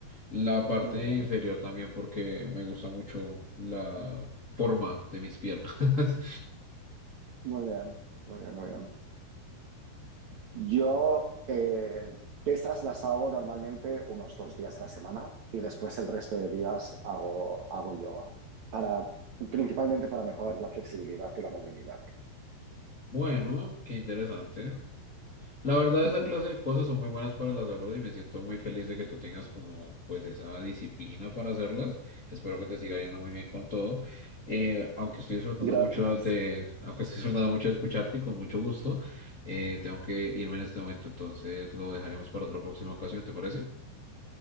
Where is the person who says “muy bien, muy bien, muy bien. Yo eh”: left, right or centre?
Right